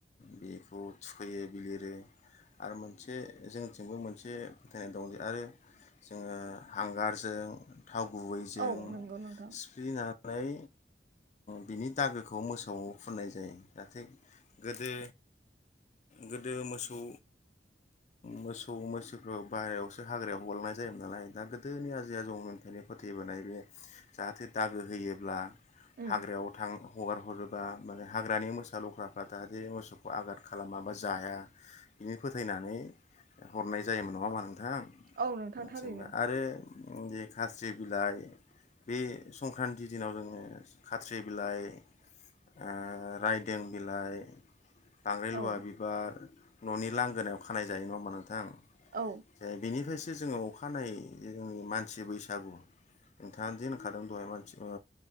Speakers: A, on the left; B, on the right.
A: बेखौ थुखैयो। बिलिरो आरो मोनसे जोंनिथिंबो मोनसे फोथायनाय दं जे आरो जोङो हांगारजों थाव गुबैजों
B: औ नंगौ नोंथां
A: सिफ्लेनानै नै बिनि दागोखौ मोसौनो फुननाय जायो जाहाथे गोदो गोदो मोसौ मोसौ मैसोफोरखौ बाहेरायावसो हाग्रायाव हगारहरनाय जायोमोन नालाय दा गोदोनि आजै आजौनिफ्रायनो फोथायबोनाय बे जाहाथे दागो होयोब्ला
B: उम
A: हाग्रायाव थां हगार हरोबा माने हाग्रानि मोसा लख्राफ्रा जाहाथे मोसौखौ आगाद खालामा बा जाया बिदिनो फोथायनानै हरनाय जायोमोन नङा होनबा? नोंथां
B: औ नोंथां
A: माथिंबा
B: थारैनो
A: आरो ओ बे खाथ्रि बिलाइ बे संक्रान्ति दिनाव जोङो खाथ्रि बिलाइ आ राइदों बिलाइ आंद्रायलुवा
B: औ
A: बि बार न'नि लांगोनायाव खानाय जायो नङा होमबा नोंथां?
B: औ
A: जे बेनिफ्रायसो जे जोङो अखानायै जे जोंनि मानसि बैसागु नोंथाङानो जे होनखादों दहाय मानसि ओ